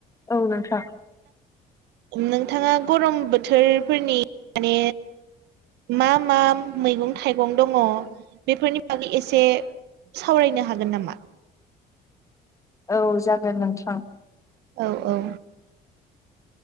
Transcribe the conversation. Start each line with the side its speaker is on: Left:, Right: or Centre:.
Left: औ नोंथां।
Right: नोंथाङा गरम बोथोरफोरनि माने मा मा मैगं थाइगं दंङ बेफोरनि बागै एसे सावरायनो हागोन नामा?
Left: औ जागोन नोंथां।
Right: औ औ।